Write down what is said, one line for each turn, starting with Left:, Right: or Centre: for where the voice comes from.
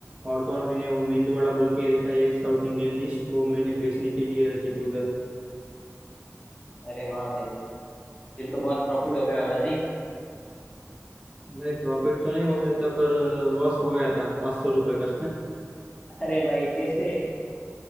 Right: और तो और मैंने वो मेंदू वड़ा बोल के रहता है एक साउथ इंडियन डिश वो मैंने बेचने के लिए रखी थी उधर
Left: अरे वाह भाई फिर तो बहुत प्रॉफिट हो गया होगा नहीं
Right: नहीं प्रॉफिट तो नहीं हो गया था पर लॉस हो गया था पाँच सौ रुपये का
Left: अरे भाई कैसे